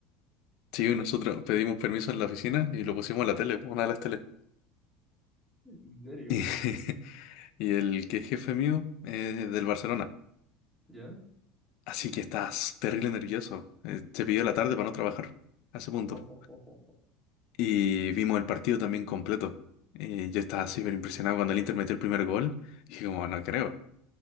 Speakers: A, on the left; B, in the centre.
A: Sí, nosotros pedimos permiso en la oficina y lo pusimos en la tele, una de las teles.
B: ¿En serio?
A: Y, <laughs> y el que es jefe mío es del Barcelona.
B: ¿Ya?
A: Así que estás terrible nervioso. Eh, Te pidió la tarde para no trabajar, a ese punto.
B: <laughs>
A: Y vimos el partido también completo. Y yo estaba súper impresionado cuando el Inter metió el primer gol. Y dije como, no creo.